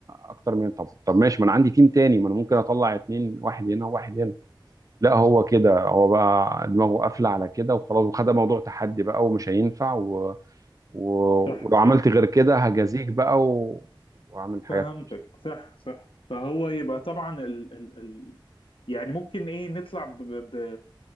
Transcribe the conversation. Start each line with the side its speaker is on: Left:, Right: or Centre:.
Right: اكتر من طب طب ماشي ما انا عندي تيم تاني ما انا ممكن اطلع اتنين واحد هنا وواحد هنا لا هو كده هو بقى دماغه قافله على كده وخلاص وخد موضوع تحدي بقى ومش هينفع و... و...
Left: صح
Right: ولو
Left: صح
Right: عملت غير كده هجازيك بقى و... واعمل حاجات
Left: فهمتك
Right: مش
Left: صح صح فهو يبقى طبعا ال ال ال يعني ممكن ايه نطلع ب ب